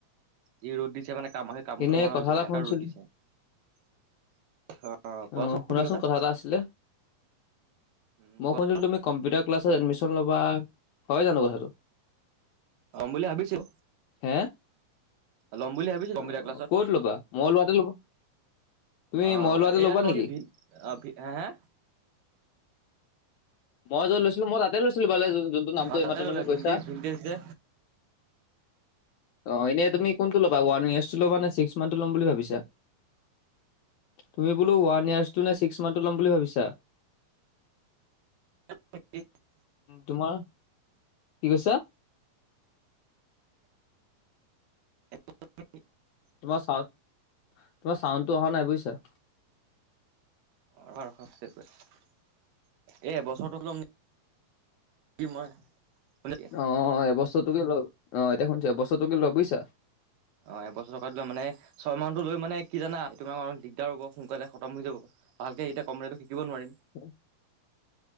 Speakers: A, on the right; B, on the left.
A: যি ৰ'দ দিছে মানে, কামে-কামটো
B: এনেই
A: নোৱাৰা
B: কথা
A: হৈছে
B: এটা
A: মানে এনেকা
B: শুনিছিলো
A: ৰ'দ দিছে অহ। অহ,
B: অ
A: কোৱাচোন
B: শুনাচোন
A: কি কথা?
B: এটা আছিলে
A: উম,
B: মই
A: কোৱা
B: শুনিছিলো তুমি কম্পিউটাৰ ক্লাছত এডমিশ্যন ল'বা হয় জানো কথাটো?
A: ল'ম বুলি ভাবিছো।
B: হে,
A: ল'ম বুলি ভাবিছো কম্পিউটাৰ
B: অহ
A: ক্লাছত
B: ক'ত ল'বা মই ওলোৱাতে ল'বা? তুমি
A: অ
B: মই লোৱাতে
A: এইয়াত
B: ল'বা নেকি?
A: ভি ভি অ হ হা?
B: মই যত লৈছিলো মই তাতে লৈছিলো ইফালে যোনটো নামটো
A: অ'
B: এই
A: তাতে
B: মাত্ৰ
A: ল'লে
B: তুমি কৈছা।
A: ভিনটেজ
B: <inaudible>
A: ভিনটেজ যে
B: অ ইনে তুমি কোনটো ল'বা ওৱান ইয়েৰচটো ল'বানে ছিক্স মন্থটো ল'ম বুলি ভাবিছা? তুমি বোলো ওৱান য়েৰচটো নে ছিক্স মন্থটো ল'ম বুলি ভাবিছা?
A: <unintelligible>
B: তোমাৰ কি কৈছা?
A: <unintelligible>
B: তোমাৰ চাউণ্ড চাউণ্ডটো অহা নাই বুইছা।
A: <unintelligible> এই এবছৰটো ল'ম নিকি মই মানে
B: অ অ এবছৰটোকে লোৱা অ, এতিয়া শুনিছো এবছৰটোকে লোৱা বুইছা।
A: অ এবছৰটোতকৈ মানে ছয় মাহৰতো লৈ মানে কি জানা এই তোমাৰ অ দিগদাৰ হ'ব সোনকালে খতম হৈ যাব। ভালকে এতিয়া কম্পিউটাৰ শিকিব নোৱাৰিম।
B: <unintelligible>